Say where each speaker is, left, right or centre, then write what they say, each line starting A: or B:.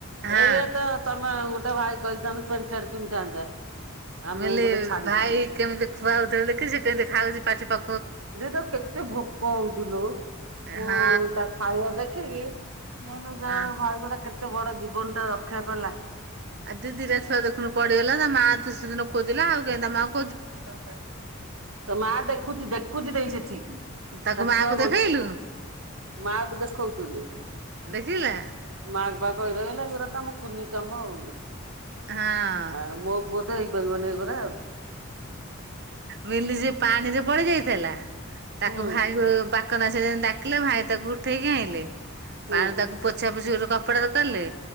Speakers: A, on the right (about 55°); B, on the right (about 80°).
A: ହଁ
B: ଏଇଆ ତ ତମେ ଗୋଟେ ଭାଇ କହିଥାନ୍ତ ପେଣି ଛାଡ କିଣିଥାନ୍ତା <unintelligible> ଆମେ
A: ମିଲି
B: ଗୋଟେ ଛାଡିଥାନ୍ତୁ।
A: ଭାଇ କେମିତି ଖୁଆଉଥିଲେ ଦେଖିଛି କେମିତି ଖାଉଛି ପାଟି ପା
B: ତ କେତେ ଭୋକ ହଉଥିଲୁ ମୁଁ
A: ହଁ
B: ତା ଖାଇବା ଦେଖିକି ମୁ ଯା
A: ହଁ
B: ଭାଇ ଗୋଟା କେତେ ବଡ ଜୀବନଟା ରକ୍ଷା କଲା
A: ଆଉ ଦିଦିରେ ୁଆ ଦେଖୁ ପଡିଗଲା ତା ମା ସେଦିନ ଖୋଜିଲା ଆଉ କେହିତା ମା <unintelligible>
B: ହ ତଥାାଇ <unintelligible> ତ ମା ଦେଖୁଛି ଦେଖୁଛି ଦେଇ ସେଠି
A: ତାକୁ
B: ତା
A: ମା
B: ଛୁଆ
A: କୁ
B: ବ
A: ଦେଖେଇଲୁ
B: ମାକୁ ଦେଖଉଥନି
A: ଦେଖିଲେ
B: ମାଗବାକରଲାାଗର ତମ କୁନ ତମଉ
A: ହଁ
B: ଆ ମ <unintelligible> ପୁଅ ତ ହେଇପାରିବନି ଏଗୂରା
A: ମିଲି ସେପାଣିରେ ପଡି ଯାଇଥିଲା ତାକୁ
B: ହୁଁ
A: ଭାଇ ସେ ଡାକିଲେ ଭାଇ ତାକୁ ଉଠେଇକି ଆଣିଲେ
B: ହୁଁ
A: ପାଣି ତାକୁ ପୋଛା ପୋଛି ଗୋଟ କପଡା କଲେ